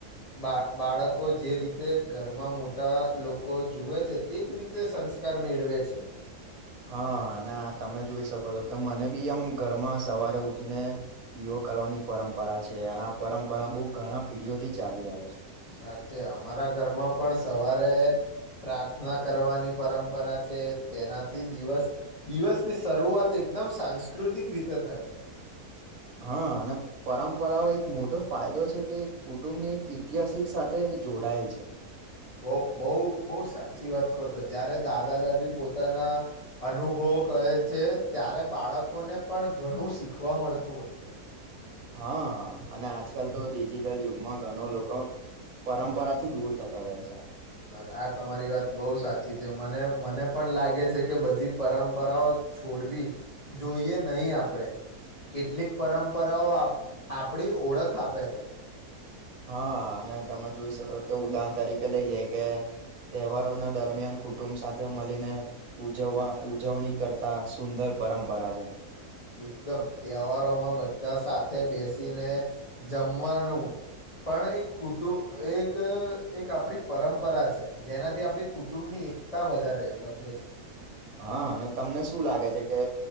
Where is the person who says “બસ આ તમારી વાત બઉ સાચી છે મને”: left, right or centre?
Left